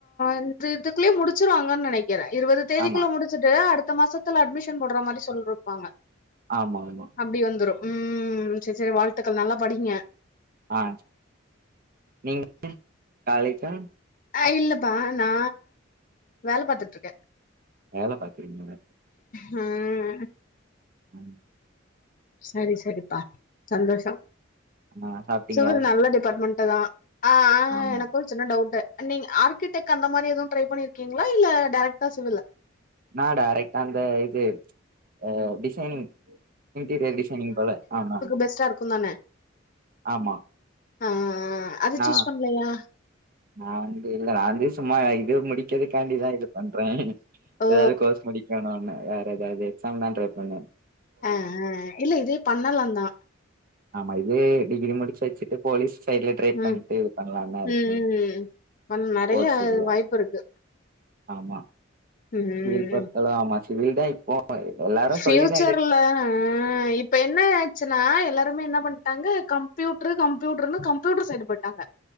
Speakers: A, on the left; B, on the right.
A: இந்த இதுக்குள்ளே முடிச்சிருவாங்கன் நெனைக்கிறே இருவது தேதிக்குள்ள
B: ஆமா
A: முடிச் சுட்டு அடுத்த மாசத்துல அட்மிஷன் போட்ற மாதிரி சொல்ருப்பாங்க
B: ஆமா ஆமா
A: அப்டி வந்துரு ம் சரி சரி வாழ்த்துக்கள் நல்லா படிங்க
B: அ நீங்க காலேஜா
A: அ இல்லப்பா நா வேல பாத்துட்டு இருக்கே
B: வேல பாக்குறீங்களா
A: ம்
B: ம்
A: சரி சரிப்பா சந்தோஷோ
B: ஆ சாப்ட்டீங்களா
A: சுவரு நல்ல டிபார்ட்மெண்ட் தா அ அ
B: ஆமா
A: எனக்கு ஒரு சின்ன டவுட்டு நீங்க ஆர்கிடெக் அந்த மாரி எது ட்ரை பண்ணிருக்கீங்ளா இல்ல டேரக்டா சிவிலா
B: நா டேரெக்டா அந்த இது அ டிசைனிங் இன்டீரியர் டிசைனிங்பால ஆமா ஆமா
A: பெஸ்டா இருக்குந்தான
B: ஆமா
A: ஆ அது
B: நா
A: சூஸ் பண்லயா
B: நா வந்து இல்ல நா வந்து சும்மா இது முடிக்கது காண்டிதா இது பண்றே
A: ஓ
B: ஏதாவ்து கோர்ஸ் முடிக்கணுனு வேற ஏதாது எக்ஸாம் தா ட்ரை பண்ணுவே
A: அ அ இல்ல இதுவே பண்ணாலாந்தா
B: ஆமா இதே டிகிரி முடிச்சு வச்சிட்டு போலீஸ் சைட்ல ட்ரை
A: ம்
B: பண்டு பண்ணலாந்தா இருக்கே
A: ம் ம் ம் பண் நெறைய
B: போட்ஸ் இதுல
A: வாய்ப்பு இருக்கு
B: ஆமா
A: ம்
B: சிவில் பொறுத்தளவு ஆமா சிவில்தா இப்போ ப எல்லாரு
A: ஃபியூச்சர்ல
B: சொல்லிதா எடுக்
A: இப்ப என்ன ஆயாச்சுன்னா எல்லாருமே என்ன பண்ட்டாங்க கம்ப்யூட்ரு கம்ப்யூட்ருனு கம்ப்யூட்டர் சைடு போயிட்டாங்க